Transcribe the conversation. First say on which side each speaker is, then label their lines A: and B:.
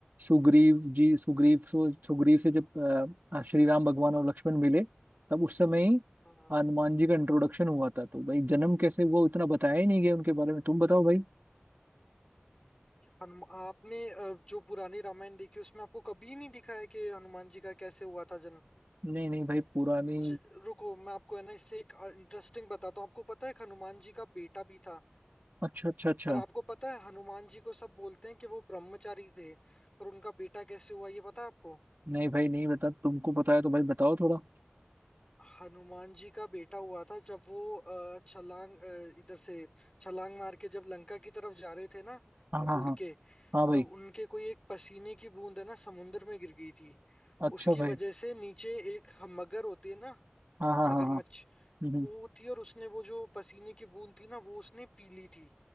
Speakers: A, on the right (about 50°); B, on the left (about 20°).
A: सुग्रीव जी सुग्रीव सो सुग्रीव से जब अ, श्री राम भगवान और लक्ष्मण मिले तब उस समय ही
B: हाँ,
A: हनुमान जी का इंट्रोडक्शन हुआ था तो भाई जन्म कैसे वो इतना बताया ही नहीं गया उनके बारे में तुम बताओ भाई
B: हनुम आपने अ, जो पुरानी रामायण देखी उसमें आपको कभी नहीं दिखा है कि हनुमान जी का कैसे हुआ था जन्म
A: नहीं नहीं भाई पुरानी
B: च- रुको मैं आपको है ना इससे एक इंटरेस्टिंग बताता हूँ आपको पता है कि हनुमान जी का बेटा भी था
A: अच्छा अच्छा अच्छा
B: पर आपको पता है हनुमान जी को सब बोलते हैं कि वो ब्रह्मचारी थे पर उनका बेटा कैसे हुआ ये पता है आपको
A: नहीं भाई नहीं बता तुमको पता है तो भाई बताओ थोड़ा
B: हनुमान जी का बेटा हुआ था जब वो अ, छलांग अ, इधर से छलांग मार के जब लंका की तरफ जा रहे थे ना
A: हाँ हाँ
B: उड़
A: हाँ
B: के
A: हाँ भाई
B: तब उनके कोई एक पसीने की बूंद है ना समुन्द्र में गिर गई थी
A: अच्छा
B: उसकी
A: भाई
B: वजह से नीचे एक मगर होती है ना
A: हाँ हाँ
B: मगरमच्छ
A: हाँ हाँ हम्म
B: वो थी और उसने वो जो पसीने की बूंद थी ना वो उसने पी ली थी